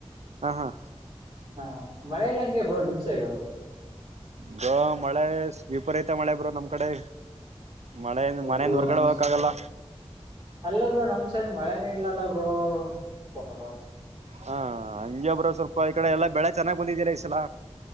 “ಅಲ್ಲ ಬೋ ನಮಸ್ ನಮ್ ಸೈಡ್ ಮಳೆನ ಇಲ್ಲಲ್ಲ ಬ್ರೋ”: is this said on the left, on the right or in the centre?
Right